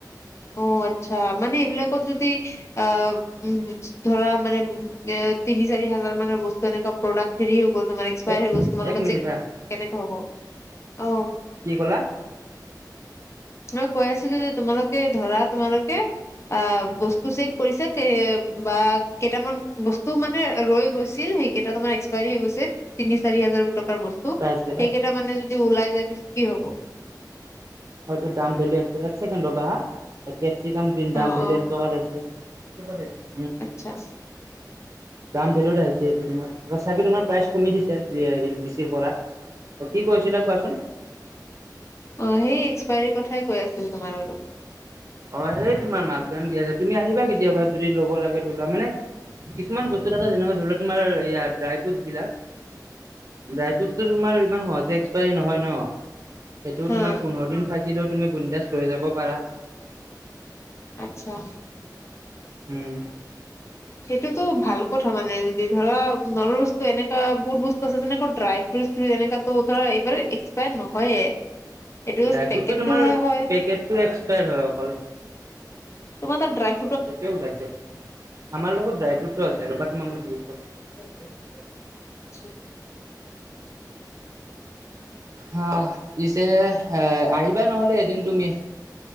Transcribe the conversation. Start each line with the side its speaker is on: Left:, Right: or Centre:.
Left: অ আচ্ছা মানে এইবিলাকত যদি আহ উ ধৰা মানে এ । তিনি চাৰি হাজাৰ মানৰ বস্তু এনেকুৱা । প্ৰডাক্ট হেৰি হৈ গ'ল তোমাৰ এক্সপাই
Right: এক
Left: হৈ গ তোমালোকে
Right: এক মিনিট
Left: চেক
Right: হা
Left: কেনেকে হ'ব অ ।
Right: কি কলা
Left: মই কৈ আছিলো যে তোমালোকে ধৰা তোমালোকে অ বস্তু চেক । কৰিছে কে বা কেইটামান বস্তু মানে ৰৈ গৈছিল সেই কেইতা তোমাৰ এক্সপায়াৰী হৈ গৈছে তিনি চাৰি হাজাৰ । টকাৰ বস্তু
Right: প্ৰাইজ কেইটা
Left: সেইকেইটা মানে যদি ওলাই যায় পিছত কি হ'ব ।
Right: হয়তো দাম ভেল এক টকা ছেকেড ৰবা হা কেচিকাম গণ দাম
Left: অ
Right: ভেল
Left: অ
Right: এক টকা। <unintelligible>
Left: আচ্ছা।
Right: দাম ভেলো আহিছে এইটো তোমাৰ হচাকে তোমাৰ প্ৰাইচ কমি দিছে যিআৰ ডিচিৰ পৰা। অ কি কৈছিলা কোৱাচোন।
Left: অ সেই এক্সপায়ৰি কথাই কৈ আছিল তোমাৰ আগত।
Right: অ এই তোমাৰ মাক দাম দিয়া যে তুমি আহিবা কেতিয়াবা যদি ল'ব লাগে ধৰিলোৱা মানে। কিছুমান বস্তু থকা যেনেবা ধৰি লোৱা তোমাৰ হেয়াত ড্ৰাইব। ফোটবিলাক ড্ৰাই ফ্ৰুটতো তোমাৰ ইমান সহজে এক্সপায়ী নহয় ন । সেইটো
Left: হা
Right: তোমাৰ পোন্ধৰ দিন থাকিলেও তুমি বিনদাচ । লৈ যাব পাৰা।
Left: আচ্ছা
Right: উম।
Left: সেইটোতটো ভাল কথা মানে যি ধৰা নৰ্ম বস্তু এনেকা বহুত বস্তু আছে যেনেকৈ ড্ৰাই ফ্ৰেচ । তেনেকাতো ধৰা এইবাৰ এক্সপাইত নহয়ে। এইটো
Right: ড্ৰাই
Left: পেকেটটোহে
Right: ফ্ৰুটতো তোমাৰ
Left: হয়
Right: পেকেটটো এক্সপায়ৰ হয় অকল।
Left: তোমাৰ তাত ড্ৰাইফ।
Right: এতিয়াও ওলাইছে আমাৰ লগত ড্ৰাই ফ্ৰুটতো আছে ৰবা তোমাক ম ই দি আছোঁ।
Left: হে হে চোত।
Right: হাহ পিছে। হা আহিবা নহ'লে এদিন তুমি।